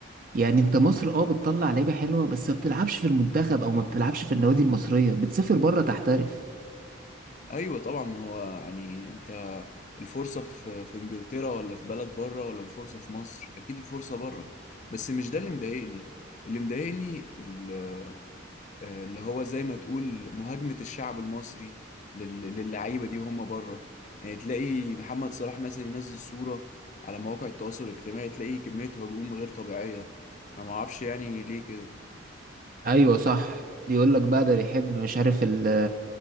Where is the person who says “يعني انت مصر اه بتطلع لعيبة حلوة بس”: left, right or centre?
Right